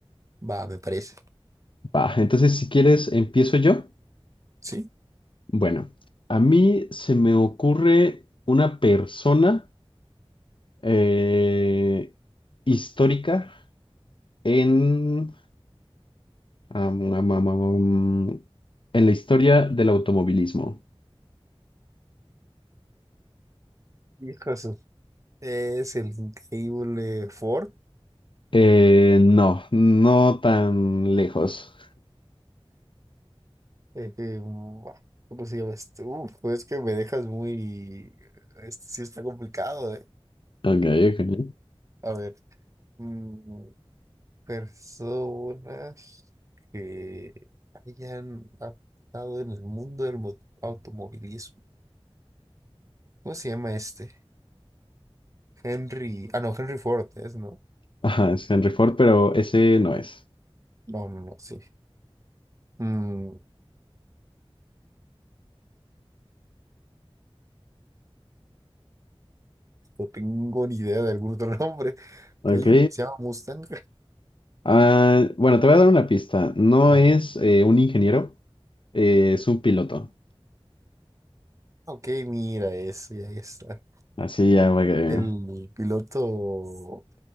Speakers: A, on the right; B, on the left.
A: Va, me parece.
B: Va, entonces si quieres empiezo yo.
A: ¿Sí?
B: Bueno, a mí se me ocurre una persona eh, histórica en, am, am, am, am, am, en la historia del automovilismo.
A: Hijo de su- Es el increíble Ford.
B: Eh, no, no tan lejos.
A: Eh, que, buah, ¿cómo se llama este? Uf, pues que me dejas muy... Este sí está complicado, ¿eh?
B: Ok, ok.
A: A ver. mm, personas que hayan estado en el mundo del mo- automovilismo. ¿Cómo se llama este? Henry. Ah, no, Henry Ford es, ¿no?
B: Ajá, es Henry Ford, pero ese no es.
A: No, no, no, sí. Mm, no tengo ni idea de algún otro <laughs> nombre.
B: Ok.
A: Que Hay uno que se llama Mustang.
B: Ah, bueno, te voy a dar una pista. No
A: Va.
B: es eh, un ingeniero, eh, es un piloto.
A: Ok, mira eso, y ahí está.
B: Así ya va que...
A: El piloto,